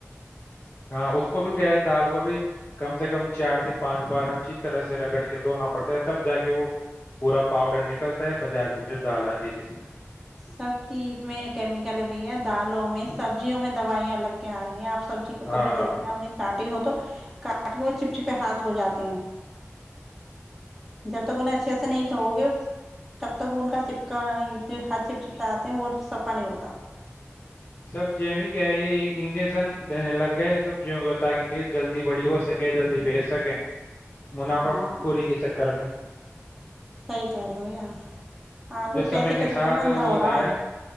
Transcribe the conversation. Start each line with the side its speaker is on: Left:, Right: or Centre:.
Left: ہاں اس کو بھی گئے دال کو بھی کم سے کم چار سے پانچ بار اچھی طرح سے رگڑ کے دھونا پڑتا ہے تب جا کے وہ پورا پاؤڈر نکلتا ہے بازار کی جو دال آتی ہے جس میں
Centre: سب چیز میں کیمیکل بھیا دالوں میں سبزیوں میں دوائیاں الگ کے آ رہی ہیں آپ سبزی کو
Left: ہاں
Centre: کبھی دیکھنا ہم کاٹے ہو توٹ کے وہ پہ ہاتھ ہو جاتے ہیں جب تک انہیں اچھے سے نہیں دھؤ گے تب تک ان کا چپکا ہاتھ چپ چپ چاتے ہیں وہ صفا نہیں ہوتا
Left: سبزیو کہ ہے یہ انجیکشن دینے لگ گئے سبزیوں کو تاکہ یہ جلدی بڑی ہو سکے جلدی بیچ سکیں منافع
Centre: ہاں
Left: خوری کے چکر میں
Centre: صحیح کہہ رہے ہو بھیا آدمی
Left: جو سمے
Centre: پیسے
Left: کے
Centre: چکر
Left: ساتھ
Centre: میں اندھا
Left: ہوتا
Centre: ہو رہا
Left: ہے